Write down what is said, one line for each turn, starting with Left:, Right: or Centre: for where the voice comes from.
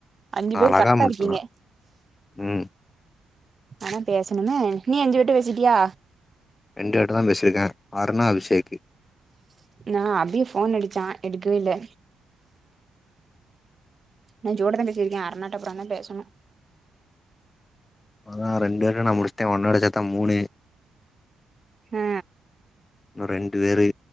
Right: அஞ்சு பேர்
Left: அழகா
Right: கரெக்டா
Left: முடிச்சிடலா
Right: இருக்கீங்க
Left: ம்
Right: ஆனா பேசணுமே நீ அஞ்சிபேர்ட்ட பேசிட்டியா
Left: ரெண்டு பேர்ட்டதா பேசியிருக்கே அருணா அபிஷேக்
Right: நா அபிய ஃபோன் அடிச்சா எடுக்கவேல்ல நா ஜோ தா பேசியிருக்க அருணாட்ட அப்றோதா பேசணு
Left: நா ரெண்டு பேருட்ட நா முடிச்சிட்டே ஒன்னோட சேத்த மூணு
Right: ஆ
Left: இன்னு ரெண்டு பேரு